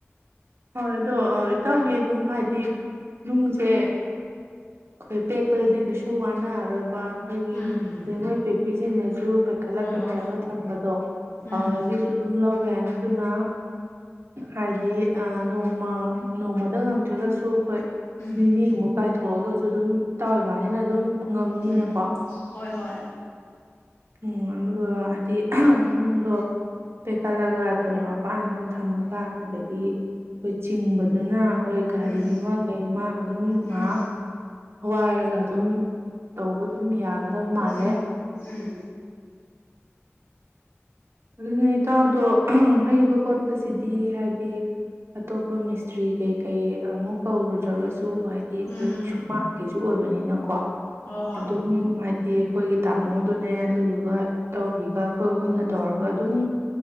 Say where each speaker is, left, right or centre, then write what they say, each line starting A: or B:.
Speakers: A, on the right; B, on the left.
A: ꯍꯣꯏ ꯑꯗꯣ ꯏꯇꯥꯎꯕꯤ ꯑꯗꯨꯝ ꯍꯥꯏꯗꯤ ꯅꯨꯡꯁꯦ ꯈꯣꯏ ꯄꯦꯛꯄꯗꯗꯤ ꯀꯩꯁꯨ ꯋꯥꯅꯔꯔꯣꯏꯕ ꯑꯩꯈꯣꯏꯒꯤ
B: ꯎꯝ ꯎꯝ
A: ꯂꯩꯉꯣꯏ ꯄꯦꯛꯄꯤꯁꯤꯡꯅꯁꯨ ꯄꯩꯈꯠꯂ
B: ꯍꯣꯏ
A: ꯄꯩꯈꯠꯂꯒ
B: ꯍꯣꯏ
A: ꯊꯝꯕꯗꯣ
B: ꯎꯝ
A: ꯑꯗꯨꯗꯒꯤꯁꯨ ꯑꯗꯨꯝ ꯂꯧ ꯌꯥꯅꯤ ꯑꯗꯨꯅ ꯍꯥꯏꯗꯤ ꯅꯣꯡꯃ ꯅꯣꯡꯃꯗ ꯉꯝꯗ꯭ꯔꯒꯁꯨ ꯑꯩꯈꯣꯏ
B: ꯎꯝ
A: ꯅꯤꯅꯤꯃꯨꯛ ꯀꯥꯏ ꯊꯣꯛꯑꯒꯁꯨ ꯑꯗꯨꯝ ꯇꯥꯎꯏꯕꯅꯤꯅ ꯑꯗꯨꯝ ꯉꯝꯅꯤꯅꯀꯣ
B: ꯎꯝ ꯍꯣꯏ ꯍꯣꯏ
A: ꯎꯝ ꯑꯗꯨꯒ ꯍꯥꯏꯗꯤ ꯅꯨꯡꯗꯣ ꯄꯦꯛꯈꯠꯂꯒ ꯇꯨꯔꯦꯟ ꯃꯄꯥꯟꯒ ꯊꯝꯃꯒ ꯑꯗꯒꯤ ꯑꯩꯈꯣꯏ ꯆꯤꯡꯕꯗꯨꯅ ꯑꯩꯈꯣꯏ ꯒꯥꯔꯤ
B: ꯎꯝ
A: ꯑꯃ ꯀꯩ ꯑꯃ ꯑꯗꯨꯝ ꯉꯥꯏꯍꯥꯛ
B: ꯎꯝ
A: ꯋꯥꯏꯔꯒ ꯑꯗꯨꯝ ꯇꯧꯕ ꯑꯗꯨꯝ ꯌꯥꯒꯗꯕ ꯃꯥꯜꯂꯦ
B: ꯎꯝ ꯎꯝ
A: ꯅꯇꯗꯣ ꯍꯩꯕ ꯈꯣꯠꯄꯁꯤꯗꯤ ꯍꯥꯏꯗꯤ ꯑꯇꯣꯞꯄ ꯃꯤꯁꯇ꯭ꯔꯤ ꯀꯩꯀꯩ ꯑꯃꯨꯛ ꯀꯧꯔꯨꯗ꯭ꯔꯒꯁꯨ ꯁꯨ ꯍꯥꯏꯗꯤ ꯑꯩꯈꯣꯏ
B: ꯎꯝ ꯎꯝ
A: ꯁꯨꯃꯥꯡꯁꯨ ꯁꯤ ꯑꯣꯏꯕꯅꯤꯅꯀꯣ
B: ꯍꯣꯏ ꯍꯣꯏ
A: ꯑꯗꯨꯝ ꯍꯥꯏ ꯗꯤ ꯑꯩꯈꯣꯏꯒꯤ ꯇꯥꯃꯣꯗꯨꯅꯦ ꯑꯗꯨꯗꯨꯒ ꯇꯥꯎꯕꯤꯒ ꯑꯩꯈꯣꯏ ꯑꯍꯨꯝꯅ ꯇꯧꯔꯒ ꯑꯗꯨꯝ